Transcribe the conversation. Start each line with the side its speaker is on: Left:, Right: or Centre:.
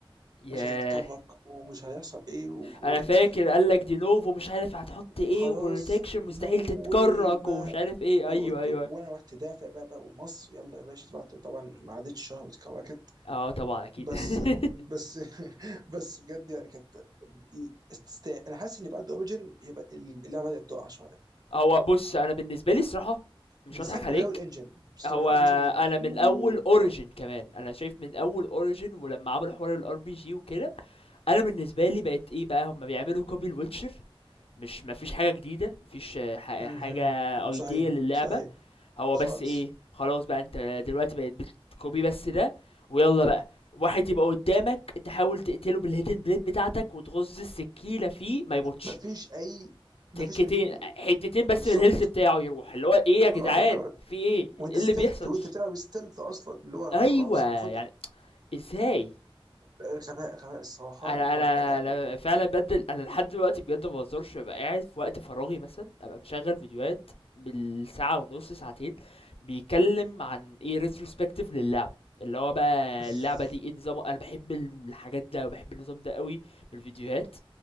Left: ياه!
Right: مش هتتكفك ومش هيحصل ايه و...
Left: أنا فاكر قال لك
Right: و...
Left: دي novo مش عارف هتحط
Right: وخلاص
Left: إيه وprotection مستحيل
Right: نو
Left: تتكرّك
Right: واي ما
Left: ومش عارف إيه،
Right: أوه،
Left: أيوه، أيوه.
Right: وانا رحت دافع بقى, بقى ومصر يلا يا باشا دفعت طبعا ما عدتش شهر واتكوكت
Left: اه طبعًا أكيد
Right: بس
Left: <laughs>
Right: بس <laughs> بس بجد يعني كانت تستاهل انا حاسس ان بعد اوريجن هي بقى- اللعبه بدات تقع شويه
Left: هو بُص، أنا بالنسبة لي الصراحة مش
Right: من
Left: هاضحك
Right: ساعه
Left: عليك،
Right: ما غيروا الانجن من ساعه
Left: هو
Right: ما غيروا الانجن هي
Left: أنا من أول origin
Right: تقع
Left: كمان، أنا شايف من أول origin ولمّا عملوا حوار الRPG وكده، أنا بالنسبة لي بقت إيه بقى، هُم بيعملوا copy لwitcher مش ما فيش حاجة جديدة، ما فيش ح
Right: مهم.
Left: حاجة
Right: صحيح
Left: idea للعبة،
Right: صحيح
Left: هو
Right: خالص
Left: بس إيه، خلاص بقى أنت دلوقتي بقيت بتcopy بس ده ويالّا بقى، واحد يبقى قدّامك تحاول تقتله بالhidden blade بتاعتك وتغُز السكينة فيه ما يموتش،
Right: مفيش اي مفيش
Left: تكتين
Right: اي
Left: حتتين بس
Right: بالظبط
Left: من الهيلث بتاعه يروح اللي هو ايه يا جدعان
Right: اه جاد
Left: في ايه
Right: وانت
Left: إيه اللي
Right: ستيلث
Left: بيحصل
Right: وانت بتلعب ستيلث اصلا اللي هو
Left: ايوه
Right: انا خلاص المفروض
Left: يعني ازاي
Right: آه، غباء غباء الصراحه
Left: انا
Right: وانا
Left: انا انا فعلا بدل انا لحد دلوقتي بجد ما بهزرش ببقى قاعد في وقت فراغي مثلا ابقى مشغل فيديوهات بالساعه ونص ساعتين بيتكلم عن ايه ريتروسبكتيف للعب اللي هو بقى
Right: <laughs>
Left: اللعبه دي ايه نظام انا بحب الحاجات ده وبحب النظام ده قوي من الفيديوهات